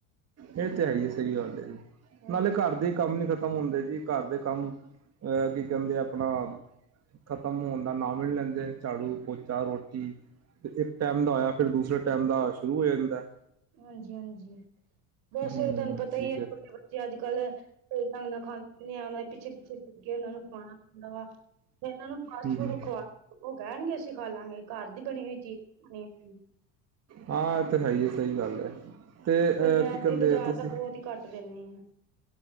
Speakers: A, on the right (about 40°); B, on the right (about 65°).
A: ਇਹ ਤੇ ਹੈ ਹੀ ਹੈ ਸਹੀ ਗੱਲ ਏ,
B: ਹਾਂਜੀ
A: ਨਾਲੇ ਘਰ ਦੇ ਕੰਮ ਨੀ ਖ਼ਤਮ ਹੁੰਦੇ ਜੀ ਘਰ ਦੇ ਕੰਮ, ਅਹ ਕੀ ਕਹਿੰਦੇ ਆਪਣਾ ਖਤ ਖਤਮ ਹੋਣ ਦਾ ਨਾਮ ਈ ਨੀ ਲੈਂਦੇ ਝਾੜੂ, ਪੋਚਾ ਰੋਟੀ ਇੱਕ ਟਾਈਮ ਦਾ ਹੋਇਆ ਫਿਰ ਦੂਸਰੇ ਟੈਮ ਦਾ ਸ਼ੁਰੂ ਹੋ ਜਾਂਦਾ ਐ।
B: ਹਾਂਜੀ ਹਾਂਜੀ, ਬਸ
A: ਹਮ
B: ਤੁਹਾਨੂੰ ਪਤਾ ਹੀ
A: ਠੀਕ
B: ਹੈ ਛੋਟੇ ਬੱਚੇ ਅੱਜ ਕੱਲ ਕੋਈ ਢੰਗ ਨਾਲ ਖਾਂਦੇ ਨੀ ਐ ਉਨਾਂ ਦੇ ਪਿੱਛੇ- ਪਿੱਛੇ ਫਿਰਕੇ ਉਹ ਨੂੰ ਖਾਣਾ ਖੁਵਾਣਾ ਪੈਂਦਾ ਵਾ, ਫੇਰ ਇਨ੍ਹਾਂ ਨੂੰ ਫਾਸਟ
A: ਹਮ
B: ਫੂਡ ਖੁਵਾ ਲੋ ਉਹ ਕਹਿਣਗੇ ਅਸੀਂ ਖਾ ਲਾਂਗੇ ਘਰ ਦੀ ਬਣੀ ਹੋਈ ਚੀਜ਼ ਬਣੀ ਨੀ ਖਾ
A: ਹਾਂ ਇਹ ਤੇ ਹੈ ਹੀ ਹੈ ਸਹੀ ਗੱਲ ਹੈ, ਤੇ
B: ਪਰ
A: ਅ
B: ਮੈਂ
A: ਕੀ ਕਹਿੰਦੇ
B: ਤੇ ਬਾਜ਼ਾਰ
A: ਤੁਸੀਂ
B: ਦਾ ਬਹੁਤ ਹੀ ਘੱਟ ਦਿੰਦੀ ਆ।